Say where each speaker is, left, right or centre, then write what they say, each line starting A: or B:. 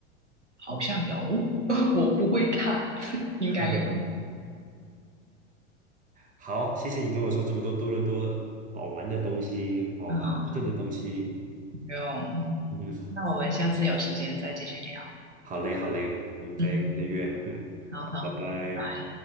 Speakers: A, on the right; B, on the right.
A: 好像有，<laughs> 我不会看，<laughs> 应该有
B: <laughs> 好，谢谢你跟我说这么多多伦多好玩的东西，好好吃的东西，
A: 啊，没有，嗯
B: 嗯哼，
A: 那我们下次有时间再继续聊，
B: 好嘞好嘞，我们再再约，
A: 嗯，
B: 嗯，
A: 好好，
B: 好，拜拜。
A: 拜拜。